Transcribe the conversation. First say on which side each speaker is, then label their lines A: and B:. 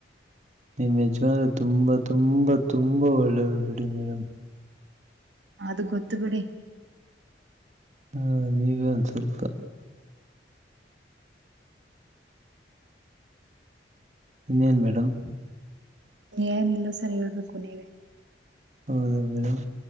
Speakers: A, on the right (about 40°); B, on the right (about 85°).
A: ನಿಮ್ಮ ಯಜಮಾನ ತುಂಬಾ ತುಂಬಾ ತುಂಬಾ ಒಳ್ಳೆಯರು ಬಿಡಿ ಮೇಡಮ್
B: ಅದು ಗೊತ್ತು ಬಿಡಿ
A: ಹಾ ನೀವೇ ಒಂದ ಸ್ವಲ್ಪ ಇನ್ನೇನು ಮೇಡಮ್
B: ಏನಿಲ್ಲ ಸರ್ ಹೇಳ್ಬೇಕು ನೀವೆ
A: ಹೌದಾ ಮೇಡಮ್